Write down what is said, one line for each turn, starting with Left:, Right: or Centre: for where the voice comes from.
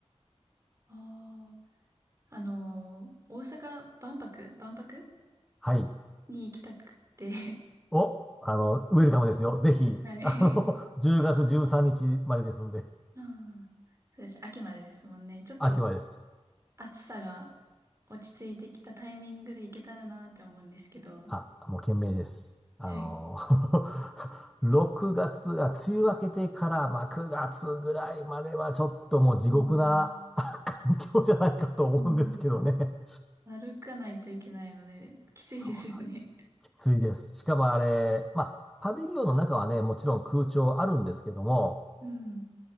Right: ああ、あのー大阪万博、万博
Centre: <laughs> はい。
Right: に行きたくて
Centre: お、あの、ウェルカムですよ。ぜひ、
Right: <laughs> はい。
Centre: <laughs> あの、10月13日までですんで、
Right: うん。そうです。秋までですもんね。ちょっと
Centre: 秋はです。
Right: 暑さが落ち着いてきたタイミングで行けたらなって思うんですけど。
Centre: あ、もう懸命です。あの、
Right: はい。
Centre: <laughs> 6月、あ、梅雨明けてから、まあ、9月ぐらいまではちょっともう地獄な
Right: うん。
Centre: <laughs> あ環境じゃないかと思うんですけどね。
Right: うん歩かないといけないので、きついですよね。
Centre: そうなん暑いです。しかもあれ、まあ、パビリオンの中はね、もちろん空調あるんですけども、
Right: うん。